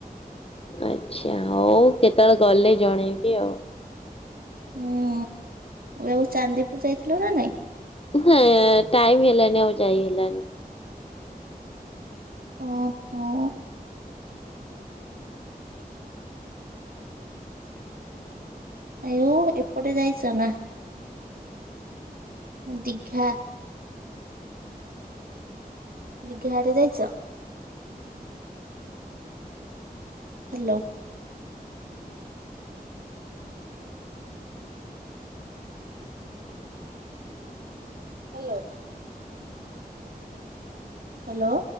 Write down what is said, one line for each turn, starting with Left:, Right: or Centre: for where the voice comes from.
Left: ଆ୍ଛା ହଉ କେତେବେଳେ ଗଲେ ଜଣେଇବି ଆଉ।
Right: ହୁଁ ଆଉ ଚାନ୍ଦିପୁର ଯାଇଥିଲ ନା ନାଇଁ।
Left: ହେ ଟାଇମ ହେଲାନି ଆଉ ଯାଇ ହେଲାନି।
Right: ଓହୋ। ଆୟୁ ଏପଟେ ଯାଇଚ ନା? ଦୀଘା। ଦୀଘା ଆଡେ ଯାଇଛ? ହ୍ୟାଲୋ। Hello hello.